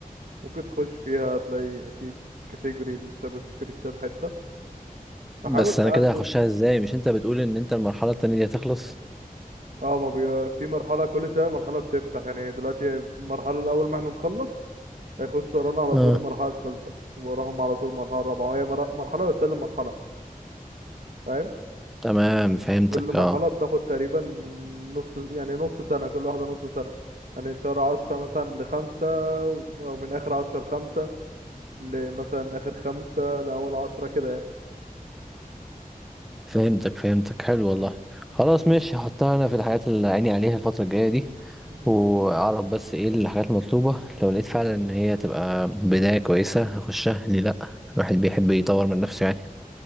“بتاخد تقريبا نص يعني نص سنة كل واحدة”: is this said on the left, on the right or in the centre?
Right